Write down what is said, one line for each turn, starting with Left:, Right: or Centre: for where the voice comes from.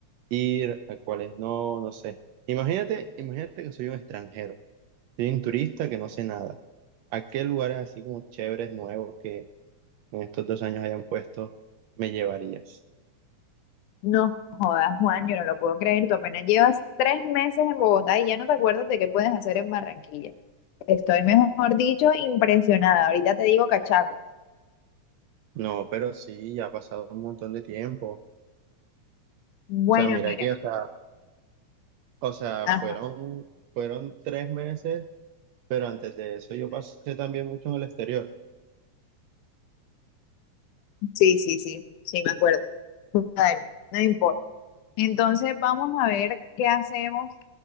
Right: ir, a cuáles no, no sé. Imagínate, imagínate que soy un extranjero, soy un turista que no sé nada. ¿A qué lugares así como chéveres, nuevos que en estos dos años hayan puesto, me llevarías.
Left: No jodas, Juan, yo no lo puedo creer. Tú apenas llevas tres meses en Bogotá y ya no te acuerdas de qué puedes hacer en Barranquilla. Estoy, mejor dicho, impresionada. Ahorita te digo cachaco.
Right: No, pero sí, ya ha pasado un montón de tiempo.
Left: Bueno,
Right: O sea, mira
Left: mira.
Right: que, o sea, o sea,
Left: Ajá.
Right: fueron, fueron tres meses, pero antes de eso yo pasé también mucho en el exterior.
Left: Sí, sí, sí, sí, me acuerdo. Dale, no importa. Entonces vamos a ver qué hacemos